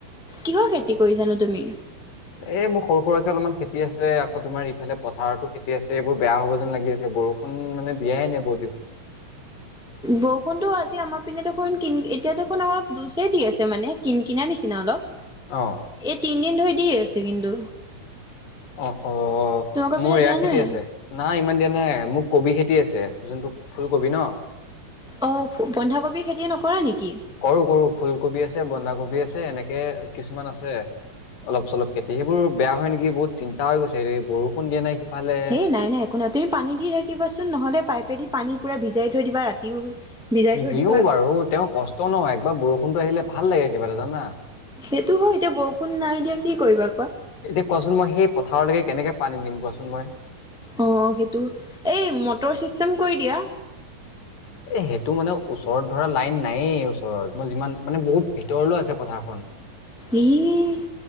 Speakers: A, in the centre; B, on the left.
A: কিহৰ খেতি কৰিছানো তুমি?
B: এ মোৰ সৰু সুৰাকে অলপমান খেতি আছে আকৌ তোমাৰ ইফালে পথাৰতো খেতি আছে এইবোৰ বেয়া হ'ব যেন লাগি আছে বৰষুণ মানে দিয়াই নাই বহু দিন
A: বৰষুণতো আজি আমাৰ পিনে দেখোন কিন এতিয়া দেখোন আমাৰ জুৰ চে দি আছে মানে কিন কিনা নিচিনা অলপ।
B: অ।
A: এই তিনদিন ধৰি দিয়ে আছে কিন্তু
B: অ', অ',
A: তোমালোকৰ
B: মোৰ
A: পিনে
B: এয়া
A: দিয়া
B: খেতি
A: নাই?
B: আছে। নাই ইমান দিয়া নাই মোৰ কবি খেতি আছে যোনটো ফুলকবি ন
A: অঁ, বন্ধাকবি খেতি নকৰা নেকি?
B: কৰো কৰো ফুলকবি আছে বন্ধাকবি আছে এনেকে কিছুমান আছে। অলপ চলপ খেতি সেইবোৰ বেয়া হয় নেকি বহুত চিন্তা গৈছে ৰে বৰষুণ দিয়া নাই সিফালে
A: হেই নাই নাই একো নাই তুমি পানী দি থাকিবাচোন নহলে পাইপেদি পানী পুৰা ভিজাই থৈ দিবা ৰাতিও ভিজাই থৈ
B: দিওঁ
A: দিবা
B: বাৰু তেওঁ কষ্ট নহ একবাৰ বৰষুণতটো আহিলে ভাল লাগে কিবা এটা জানা
A: সেইটো হয় এতিয়া বৰষুণ নাই দিয়া কি কৰিবা কোৱা
B: এতিয়া কোৱাচোন মই সেই পথাৰলৈকে কেনেকে পানী নিম কোৱাচোন মই।
A: অ, সেইটো এই মটৰ চিষ্টেম কৰি দিয়া।
B: এ সেইটো মানে ওচৰত ধৰা লাইন নায়েই ওচৰত মই যিমান মানে বহুত ভিতৰলৈ আছে পথাৰখন। <inaudible>
A: এই